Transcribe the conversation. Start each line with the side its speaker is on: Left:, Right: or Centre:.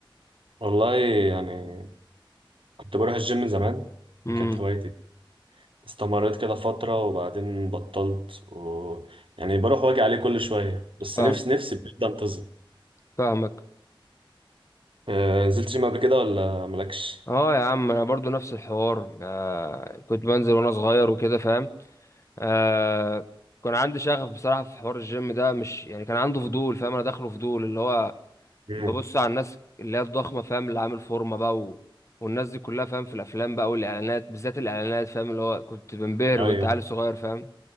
Right: والله يعني كنت بروح الجيم من زمان
Left: امم
Right: دي كانت هوايتي استمريت كده فترة وبعدين بطلت و... يعني بروح واجي عليه كل شوية بس
Left: فاهم
Right: نفسي نفسي بجد انتظم
Left: فاهمك
Right: آه، نزلت جيم قبل كده ولا مالكش؟
Left: اه يا عم انا برضو نفس الحوار آه كنت بنزل وانا صغير وكده فاهم آه كان عندي شغف بصراحة في حوار الجيم ده مش يعني كان عنده فضول فاهم انا داخله فضول اللي هو
Right: مم.
Left: ببص على الناس اللي هي الضخمة فاهم اللي عامل فورمة بقى و... والناس دي كلها فاهم في الافلام بقى والاعلانات بالذات الاعلانات فاهم اللي هو كنت بنبهر
Right: ايوه
Left: وانت عيل صغير فاهم